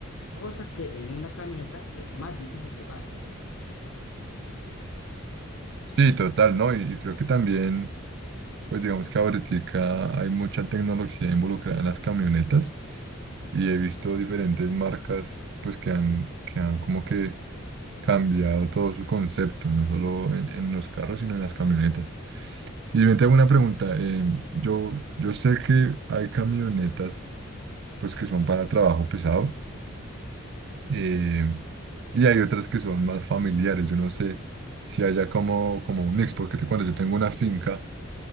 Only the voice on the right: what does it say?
sí, total, ¿no? Y, y creo que también, pues digamos que ahorita hay mucha tecnología involucrada en las camionetas y he visto diferentes marcas, pues que han, que han como que cambiado todo su concepto, no solo en, en los carros, sino en las camionetas. Y yo te hago una pregunta. eh, yo, yo sé que hay camionetas pues que son para trabajo pesado eh, y hay otras que son más familiares. Yo no sé si haya como, como un mix, porque te cuento, yo tengo una finca